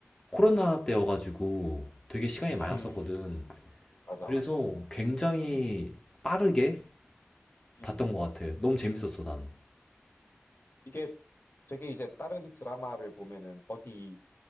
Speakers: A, on the left (about 20°); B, on the left (about 60°).
A: 코로나
B: 음, 음,
A: 때여가지고 되게 시간이
B: <laughs>
A: 많았었거든.
B: 맞아,
A: 그래서
B: 맞아.
A: 굉장히
B: 음,
A: 빠르게
B: 음.
A: 봤던 것 같아. 너무 재밌었어, 난.
B: 이게 되게 이제 다른 드라마를 보면은 어디